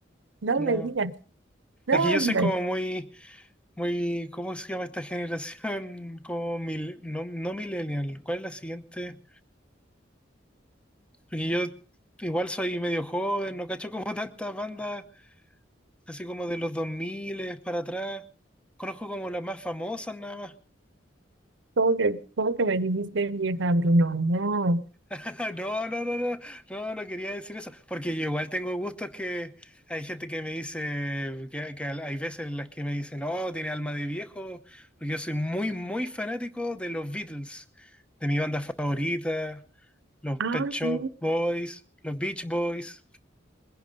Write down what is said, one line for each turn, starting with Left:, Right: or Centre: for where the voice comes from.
Right: no
Centre: No.
Right: me digas. No,
Centre: Es que yo
Right: hombre.
Centre: soy como muy, muy, ¿cómo se llama esta generación? <laughs> Como mil, no, no millennial. ¿Cuál es la siguiente? Porque yo igual soy medio joven, no cacho como tantas bandas, así como de los 2000 para atrás. Conozco como las más famosas nada más.
Right: ¿Cómo que, cómo que me dijiste vieja, Bruno? No.
Centre: <laughs> No, no, no, no, no, no quería decir eso, porque yo igual tengo gustos que hay gente que me dice, que, que hay veces en las que me dicen, no, tiene alma de viejo, porque yo soy muy, muy fanático de los Beatles, de mi banda favorita, los
Right: Ah,
Centre: Pet Shop
Right: sí.
Centre: Boys, los Beach Boys.